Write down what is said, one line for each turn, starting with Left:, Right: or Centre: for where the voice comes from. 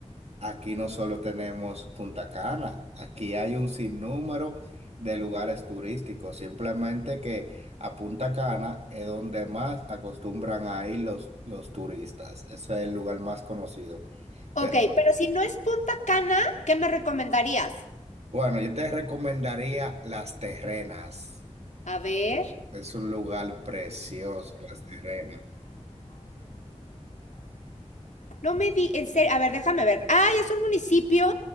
Right: Aquí no solo tenemos Punta Cana, aquí hay un sinnúmero de lugares turísticos, simplemente que a Punta Cana es donde más acostumbran a ir los, los turistas, ese es el lugar más conocido.
Left: Ok,
Right: Pero
Left: pero si no es Punta Cana, ¿qué me recomendarías?
Right: bueno, yo te recomendaría Las Terrenas,
Left: A ver,
Right: es un lugar precioso, Las Terrenas.
Left: no me di, en serio, a ver, déjame ver. Ay, es un municipio